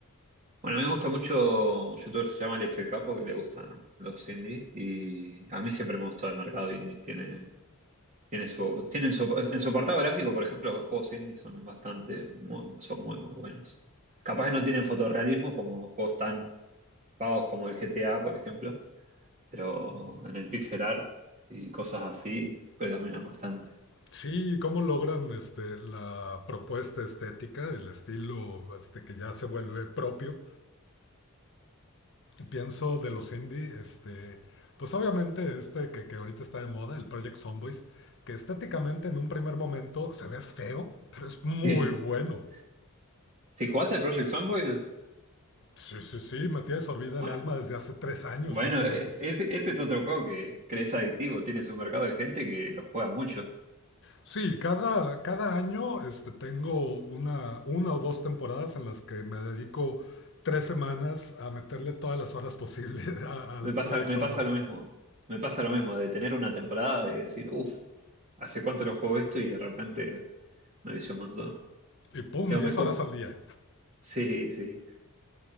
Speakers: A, on the right; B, on the left.
A: Bueno, a mí me gusta mucho un youtuber que se llama Alex el Capo, que le gustan los indie. Y a mí siempre me gustó el mercado indie. Tiene, Tiene su, tienen su- en su apartado gráfico, por ejemplo, los juegos indie son bastante, muy- son muy, muy buenos. Capaz que no tienen fotorrealismo como juegos tan pagos como el GTA, por ejemplo, pero en el pixel art y cosas así predominan bastante.
B: Sí, cómo logran este, la propuesta estética, el estilo este, que ya se vuelve propio pienso de los indie, este, pues obviamente este que, que ahorita está de moda, el Project Zomboid, que estéticamente en un primer momento se ve feo, pero es muy
A: <laughs>
B: bueno.
A: Sí. Si jugaste el Project Zomboid,
B: Sí, sí, sí, me tiene sorbida
A: bueno,
B: el alma desde hace tres años
A: bueno,
B: más o menos.
A: eh, ese, ese es otro juego que crees adictivo, tiene su mercado de gente que lo juega mucho.
B: Sí, cada, cada año este, tengo una, una o dos temporadas en las que me dedico tres semanas a meterle todas las horas posibles <laughs> a- al
A: Me pasa,
B: Project
A: me
B: Zomboid.
A: pasa lo mismo, me pasa lo mismo de tener una temporada de decir, uff, ¿hace cuánto lo juego esto? Y de repente Me vicio un montón.
B: Y pum,
A: Tengo
B: 10
A: mis juegos.
B: horas al día.
A: Sí, sí.